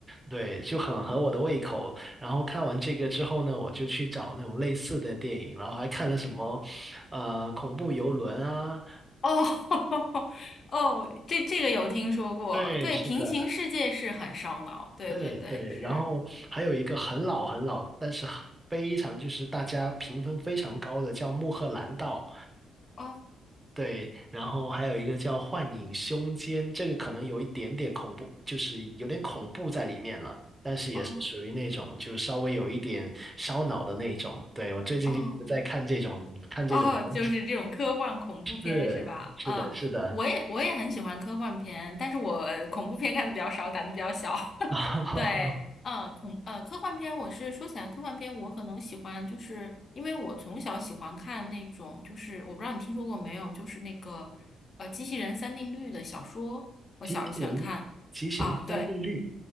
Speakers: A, on the right; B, on the left.
A: 对，就很合我的胃口。然后看完这个之后呢，我就去找那种类似的电影，然后还看了什么呃恐怖游轮啊。
B: 哦 <laughs> 哦，这这个有听说过。
A: 对，
B: 对，
A: 是的。
B: 平行世界是很烧脑。对对对，
A: 对对，
B: 是
A: 然后还有一个很老很老，但是很非常就是大家评分非常高的叫《穆赫兰道》，
B: 哦
A: 对，然后还有一个叫《幻影凶间》，这个可能有一点点恐怖，就是有点恐怖在里面了，但是也是属于那种就稍微有一点烧脑的那种。
B: 哦
A: 对，我最近一直在看这种看这种东西，
B: 哦哦，就是这种科幻恐怖片是吧？
A: 是是的是的，
B: 啊、我也我也很喜欢科幻片，但是我恐怖片看的比较少，胆子比较小。
A: <laughs> 啊，
B: 对，嗯，恐呃，科幻片，我是说起来科幻片，我可能喜欢，就是因为我从小喜欢看那种，就是我不知道你听说过没有，就是那个呃机器人三定律的小说，我小时候喜欢看啊，
A: 冰淇淋极限三定律，
B: 对，